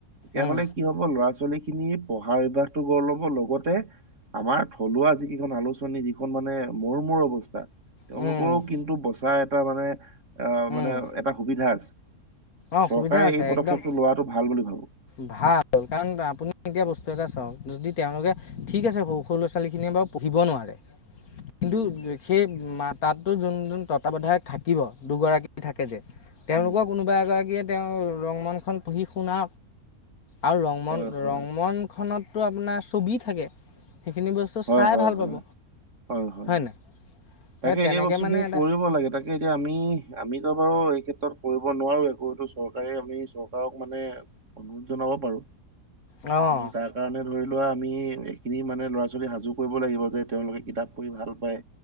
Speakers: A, on the right; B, on the left.
A: এয়া
B: উম।
A: হ'লে কি হ'ব ল'ৰা-ছোৱালী খিনি পঢ়া অভ্যাসটো গঢ় ল'ব লগতে আমাৰ থলুৱা যি কেইখন আলোচনী যিখন মানে মূৰ মূৰ অৱস্থা তেওঁলোকৰো
B: উম,
A: কিন্তু বচাই এট টা মানে অ',
B: উম,
A: মানে এটা সুবিধা আছে।
B: অ',
A: চৰকাৰে
B: সুবিধা আছে
A: এই পদক্ষেপটো
B: একদম
A: লোৱাটো ভাল বুলি ভাবো।
B: ভাল কাৰণ আপুনি এতিয়া বস্তু এটা চাওক, যদি তেওঁলোকে ঠিক আছে সৰু সৰু ল'ৰা ছোৱালীখিনিয়ে বাৰু পঢ়িব নোৱাৰে। কিন্তু
A: উম
B: সেই মাত তাতো যোন যোন তত্বাৱধায়ক থাকিব দুগৰাকী থাকে যে তেওঁলোকৰ
A: উম
B: কোনো থাকিয়ে তেওঁ ৰংমনখন পঢ়ি শুনা আৰু ৰংমন,
A: হয় হয়
B: ৰংমনখনত তো আপোনাৰ ছবি থাকে। সেইখিনি বস্তু
A: হয়-
B: চাই
A: হয়-
B: ভাল পাব
A: হয়-হয়-হয়
B: হয় নাই সেই
A: তাকে
B: তেনেকে
A: এই বস্তু
B: মানে
A: খিনি
B: এটা
A: কৰিব লাগে তাকে এতিয়া আমি আমি ইটা বাৰু এই ক্ষেত্ৰত কৰিব নোৱাৰো একো চৰকাৰে আমি চৰকাৰক মানে অনুৰোধ জনাব পাৰো।
B: অ',
A: আমি তাৰ কাৰণে ধৰি লোৱা আমি এইখিনি মানে ল'ৰা-ছোৱালী সাজু কৰিব লাগিব যে তেওঁলোকে কিতাপ পঢ়ি ভাল পায়।